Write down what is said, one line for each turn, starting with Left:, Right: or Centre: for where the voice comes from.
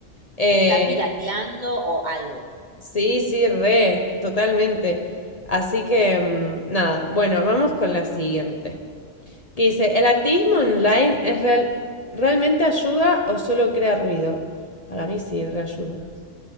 Left: Eh,
Right: Está pirateando o algo.
Left: Sí, sí, re, totalmente. Así que, mm, nada, bueno, vamos con la siguiente. Que dice, ¿el activismo online es real- realmente ayuda o solo crea ruido? Para mí sí, reayuda.